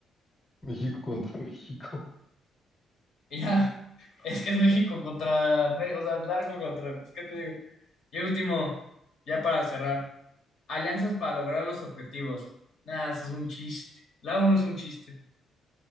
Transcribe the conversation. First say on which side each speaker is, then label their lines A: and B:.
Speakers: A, on the left; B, on the left.
A: México contra México.
B: <laughs> Y ya, es que es México contra, o sea, largo contra, pues, ¿qué te digo? Y último, ya para cerrar, alianzas para lograr los objetivos. Nah, eso es un chiste. La uno es un chiste,